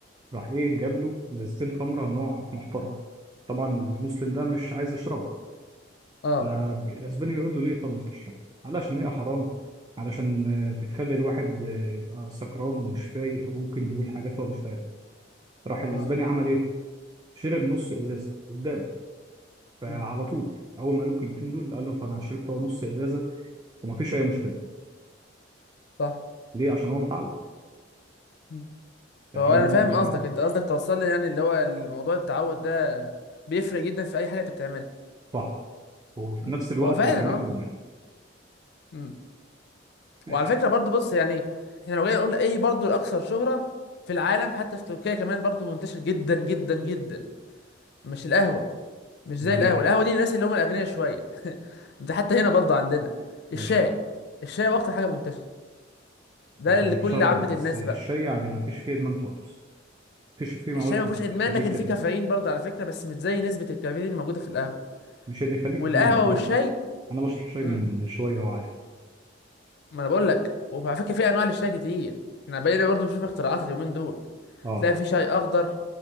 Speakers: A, on the right; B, on the left.
A: راح ايه جاب له ازازتين خمره نوع محترم طبعا المسلم ده مش عايز يشربها
B: اه
A: فالاسباني بيقول له ليه طب مش تشربها علشان هي حرام علشان آه، بتخلي الواحد آه، يبقى سكران ومش فايق وممكن يقول حاجات هو مش فاهمها راح الاسباني
B: اه
A: عمل ايه شرب نص ازازه قدامه فعلى
B: مم.
A: طول اول ما قالوا الكلمتين دول قال له فانا شربت هو نص ازازه وما فيش اي مشكله
B: صح
A: ليه عشان هو متعود
B: مم.
A: فهي
B: فهو انا
A: دي
B: فاهم
A: هي
B: قصدك
A: دي الفرق
B: انت قصدك توصل لي يعني اللي هو الموضوع التعود ده بيفرق جدا في اي حاجه انت بتعملها
A: صح وفي
B: مم.
A: نفس الوقت
B: هو فعلا
A: بيخليك
B: اه
A: مدمن
B: مم.
A: ماشي
B: وعلى فكره برضو بص يعني احنا لو جينا نقول ايه برضو الاكثر شهره في العالم حتى في تركيا كمان برضو منتشر جدا جدا جدا مش القهوه مش زي
A: امال
B: القهوه
A: ايه
B: القهوه دي للناس اللي هم الاغنياء شويه ده حتى هنا برضو عندنا الشاي
A: ماشي
B: الشاي هو اكتر حاجه منتشره ده
A: هو في
B: اللي
A: الانتشار
B: كل عامه
A: اه بس
B: الناس
A: الشاي
B: بقى
A: يعني ما فيش فيه ادمان خالص ما فيش فيه مواد
B: الشاي ما فيهوش ادمان
A: تخليك
B: لكن
A: تدمن
B: فيه كافيين برضه على فكره بس مش زي نسبه الكافيين اللي موجوده في القهوه
A: مش اللي يخليك
B: والقهوه
A: تدمنه انا
B: والشاي
A: انا بشرب شاي
B: امم
A: من من شويه هو عادي
B: ما انا بقول لك وعلى فكره في انواع للشاي كتير احنا بقينا برضه بنشوف اختراعات اليومين دول
A: اه
B: تلاقي في شاي اخضر